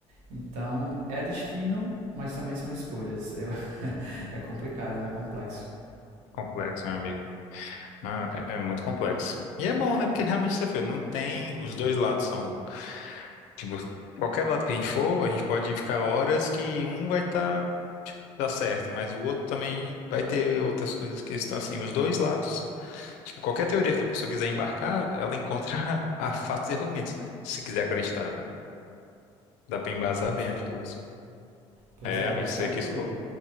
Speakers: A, on the right (about 85°); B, on the left (about 80°).
A: Então, é destino, mas também são escolhas. Eu- <laughs> é complicado, né? Complexo.
B: complexo, meu amigo. Não, é, é muito complexo. E é bom, né? Porque realmente você vê, não tem. Os dois lados são. Tipo, qualquer lado que a gente for, a gente pode ficar horas que um vai estar, tipo, dar certo, mas o outro também vai ter outras coisas que estão assim. Os dois lados, tipo, qualquer teoria que a pessoa quiser embarcar, ela encontra <laughs> a fatos e argumentos, né? Se quiser acreditar, dá pra embasar
A: Pois
B: bem
A: é,
B: as duas.
A: pois
B: É,
A: é,
B: amigo,
A: e tanto,
B: isso aqui ficou